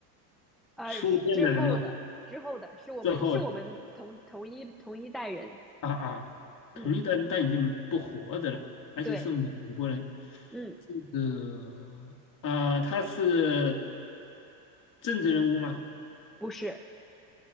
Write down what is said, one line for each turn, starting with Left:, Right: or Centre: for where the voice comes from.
Centre: 呃，
Left: 出现的人嘛，
Centre: 是之后的，之后的是我们是我们同同一同一代人，
Left: 之后的啊啊，
Centre: 嗯，
Left: 同一代人但已经不活着了，而且是美国人，
Centre: 对，嗯，
Left: 这个啊，他是政治人物吗？
Centre: 不是，